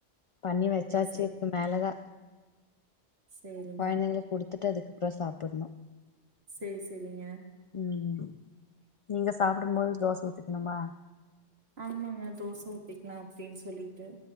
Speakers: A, on the left; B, on the right.
A: பண்ணி வச்சாச்சுக்கு
B: சேரி சேரி
A: இதுக் மேலதா
B: சேரிங்க
A: கொழந்தைங்களுக் குடுத்துட்டு அதுக்கப்றொ சாப்டணு
B: சேரி சேரிங்க
A: ம் நீங்க சாப்புடும் போது தோச ஊத்திக்கணுமா
B: ஆமாஙக தோச ஊத்திக்லா அப்டின் சொல்லிட்டு